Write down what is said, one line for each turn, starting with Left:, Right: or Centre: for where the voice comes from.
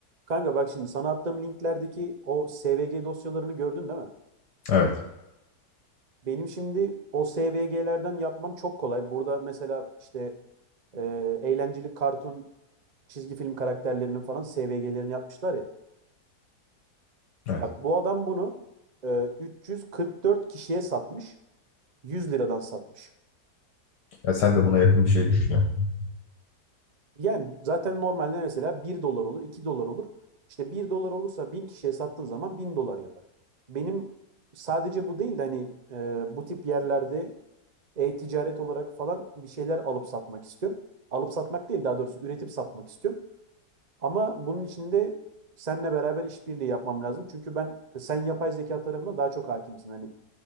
Right: Kanka bak şimdi sana attığım linklerdeki o SVG dosyalarını gördün değil mi?
Left: Evet.
Right: Benim şimdi o SVG'lerden yapmam çok kolay. Burada mesela işte e, eğlenceli kartun, çizgi film karakterlerinin falan SVG'lerini yapmışlar ya.
Left: Evet.
Right: Bak bu adam bunu e, 344 kişiye satmış. 100 liradan satmış.
Left: Ya sen de buna yakın bir şey düşünüyorsun.
Right: Yani zaten normalde mesela 1 dolar olur, 2 dolar olur. İşte 1 dolar olursa 1000 kişiye sattığın zaman 1000 dolar yapar. Benim sadece bu değil de hani e, bu tip yerlerde e-ticaret olarak falan bir şeyler alıp satmak istiyorum. Alıp satmak değil daha doğrusu üretip satmak istiyorum. Ama bunun için de seninle beraber işbirliği yapmam lazım. Çünkü ben sen yapay zeka tarafına daha çok hakimsin. Hani